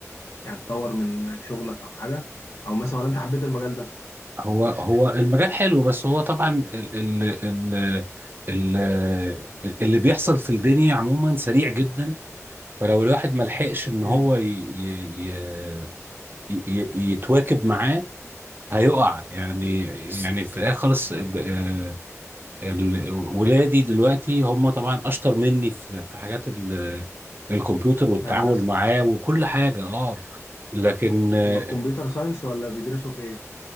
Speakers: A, on the left (about 70°); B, on the right (about 40°).
A: يعني تطور من شغلك او حاجة او مثلا ولا انت حبيت المجال ده
B: هو هو المجال حلو بس هو طبعا ال ال ال ال اللي بيحصل في الدنيا عموما سريع جدا فلو الواحد ما لحقش ان هو
A: امم
B: ي ي ي ي يتواكب معاه هيقع يعني يعني في الاخر خالص ب- آه، ال- ولادي دلوقتي هم طبعا اشطر مني في في حاجات ال- الكمبيوتر والتعامل
A: الهندسة
B: معاه وكل حاجة اه لكن آه،
A: هما في كمبيوتر ساينس ولا بيدرسوا في ايه